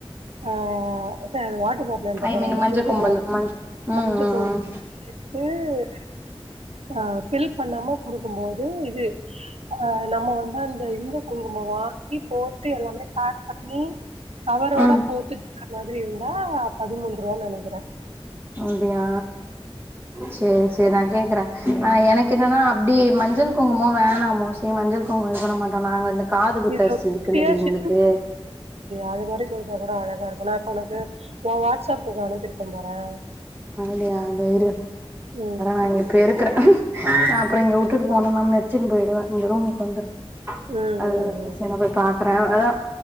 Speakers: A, on the right; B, on the right.
A: ஆ சார் வா போடலன்ற
B: ஐ
A: பாரு
B: மீன்
A: அந்த
B: மஞ்ச
A: குங்குமம்
B: கும்பல் மஞ்ச ம்
A: மஞ்ச
B: ம்
A: குங்குமம்
B: ம்
A: ம் ஆ ஃபில் பண்ணாம குடுக்கும் போது இது ஆ நம்ம வந்து அந்த இந்த குங்குமம் வாங்கி போட்டு எல்லாமே பேக் பண்ணி கவரோட
B: ம்
A: போட்டுக்கரா மாதிரி இருந்தா பதிமூணு ரூவான்னு நினைக்கிறேன்
B: அப்படியா சேரி சேரி நா கேக்குறேன் நா எனக்கு என்னன்னா அப்படி மஞ்சள் குங்குமோ வேணா மோஸ்ட்லி மஞ்சள் குங்கும் இது பண்ண மாட்டோம் நாங்க வந்து காது குத்தரிசி
A: இதுல குட்டியா
B: இருக்குல்லடி
A: ஷிப்பிங்
B: எங்களுக்கு
A: அது மாதிரி குடுத்தா கூட அழகா இருக்கும் நா இப்ப உனக்கு உ வாடஸ்அப்புக்கு அனுப்பிருக்கேன் பாறேன்
B: அப்படியா தோ இரு
A: ம்
B: <unintelligible> பெருக்குறேன் அப்புறம் நா இங்க உட்டுட்டு போன நா மெரிச்சின்னு போயிடுவேன் இந்த ரூமுக்கு வந்திரும்
A: ம்
B: அதுதா
A: ம் ம்
B: சரி நா போய் பாக் அதான்